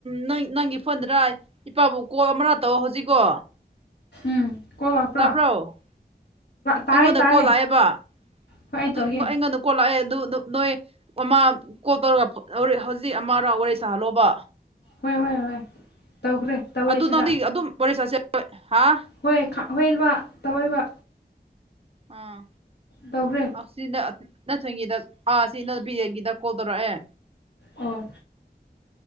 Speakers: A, on the right; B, on the left.
A: ꯎꯝꯪ ꯅꯪꯒꯤ ꯐꯣꯟꯗ꯭ꯔ ꯏꯄꯥꯕꯨ ꯀꯣꯜ ꯑꯃꯔ ꯇꯧ ꯍꯧꯖꯤꯛꯀꯣ
B: ꯎꯝ ꯀꯣꯜ ꯂꯥꯛꯄ꯭ꯔꯣ
A: ꯇꯥꯕ꯭ꯔꯣ
B: ꯇꯥꯌꯦ
A: ꯑꯩꯉꯣꯟꯗ
B: ꯇꯥꯥꯏꯌꯦ
A: ꯀꯣꯜ ꯂꯥꯛꯑꯦꯕ
B: ꯍꯣꯏ ꯑꯩ
A: ꯑꯗꯨ
B: ꯇꯧꯒꯦ
A: ꯑꯩꯉꯣꯟꯗ ꯀꯣꯜ ꯂꯥꯛꯑꯦ ꯑꯗꯨ ꯅꯣꯏ ꯑꯃ ꯀꯣꯜ ꯇꯧꯔꯒ ꯍꯧꯖꯤꯛ ꯑꯃꯔꯥꯎ ꯋꯥꯔꯤ ꯁꯥꯍꯜꯂꯣꯕ
B: ꯍꯣꯏ ꯍꯣꯏ ꯍꯣꯏ ꯇꯧꯈ꯭ꯔꯦ ꯇꯧꯋꯦ
A: <unintelligible>
B: ꯁꯤꯗ ꯍꯣꯏ ꯍꯣꯏꯕꯕꯥ ꯇꯧꯔꯣꯏꯕ
A: ꯑꯥ
B: ꯇꯧꯈ꯭ꯔꯦ
A: ꯁꯤ ꯅꯊꯣꯏꯒꯤꯗ ꯑꯥ ꯁꯤ ꯅ <unintelligible> ꯀꯣꯜ ꯇꯧꯔꯛꯑꯦ
B: ꯑꯣ